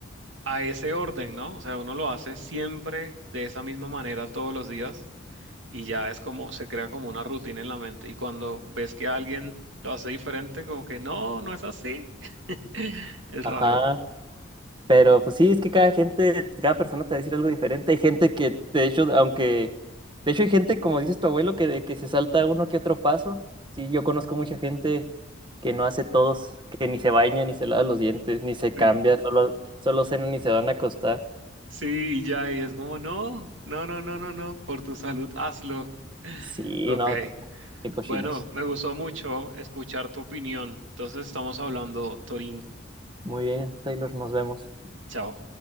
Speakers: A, on the right; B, on the right.
A: a ese orden, ¿no? O sea, uno lo hace siempre de esa misma manera todos los días y ya es como, se crea como una rutina en la mente. Y cuando ves que alguien lo hace diferente, como que no, no es así. <laughs> Es
B: ajá.
A: raro.
B: Pero pues sí, es que cada gente, cada persona te va a decir algo diferente. Hay gente que, de hecho, aunque, de hecho hay gente, como dices tu abuelo, que, que se salta uno que otro paso. Sí, yo conozco mucha gente que no hace todos, que ni se baña, ni se lava los dientes, ni se
A: Sí,
B: cambia, solo, solo cenan y se van a acostar.
A: Sí, y ya, y es como, no, no, no, no, no, no, por tu salud, hazlo. <laughs>
B: Sí,
A: Ok,
B: no, qué, qué cochinos.
A: bueno, me gustó mucho escuchar tu opinión. Entonces estamos hablando, Torín,
B: Muy bien, Taylor, nos vemos.
A: chao.